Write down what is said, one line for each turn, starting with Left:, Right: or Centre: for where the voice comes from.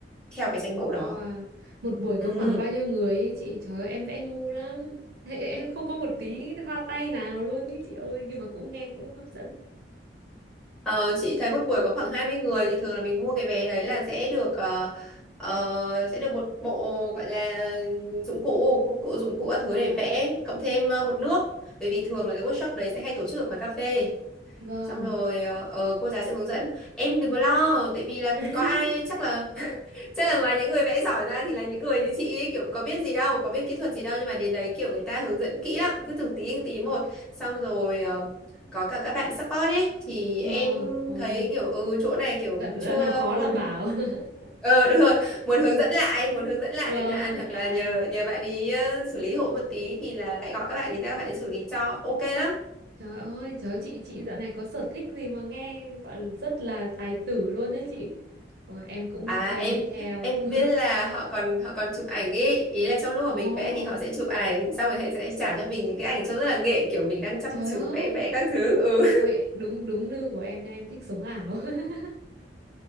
Centre: theo cái tranh
Right: wow.
Centre: mẫu đó.
Right: Một buổi có
Centre: Ừ.
Right: khoảng bao nhiêu người ý chị? Trời ơi, em vẽ ngu lắm. <laughs> Em không có một tí hoa tay nào luôn ý chị ơi, nhưng mà cũng nghe cũng hấp dẫn.
Centre: Ờ, chị thấy một buổi có khoảng 20 người thì thường là mình mua cái vé đấy là sẽ được ờ, ờ, sẽ được một bộ gọi là dụng cụ dụng cụ
Right: Dụng
Centre: dụng
Right: cụ.
Centre: cụ các thứ
Right: À,
Centre: để vẽ cộng thêm ờ, một nước bởi vì thường là cái workshop đấy sẽ hay tổ chức ở quán cà phê
Right: vâng.
Centre: xong rồi ờ, ờ, cô giáo sẽ hướng dẫn em đừng có lo tại vì là
Right: <laughs>
Centre: có ai chắc là chắc là ngoài những người vẽ giỏi ra thì là những người như chị ý, kiểu có biết gì đâu có biết kỹ thuật gì đâu nhưng mà đến đấy kiểu người ta hướng dẫn kỹ lắm cứ từng tí từng tí một xong rồi ờ, có cả các bạn support ấy thì
Right: Vâng,
Centre: em
Right: ồ.
Centre: thấy kiểu ừ chỗ này kiểu
Right: Đoạn, đoạn
Centre: chưa
Right: nào khó
Centre: muốn
Right: là bảo. <laughs>
Centre: ờ đúng rồi muốn hướng dẫn lại muốn hướng dẫn lại
Right: Vâng,
Centre: chẳng hạn hoặc là
Right: à.
Centre: nhờ nhờ bạn ý ờ, xử lý hộ một tí thì là lại gọi các bạn ý ra các bạn ý xử lý cho ok lắm
Right: Trời ơi, trời ơi, chị chị dạo này có sở thích gì mà nghe gọi là rất là tài tử luôn đấy chị. Ôi, em cũng
Centre: À
Right: cho em
Centre: em
Right: đi theo.
Centre: em
Right: <laughs>
Centre: biết là họ còn họ còn chụp ảnh ý, ý là trong lúc mà
Right: Ồ,
Centre: mình vẽ thì họ sẽ chụp ảnh xong rồi họ sẽ trả cho mình những cái ảnh trông rất là nghệ kiểu mình đang chăm
Right: trời
Centre: chú
Right: ơi.
Centre: vẽ vẽ các thứ. Ừ.
Right: Ôi, đúng đúng nư của em nha, em thích sống ảo. <laughs>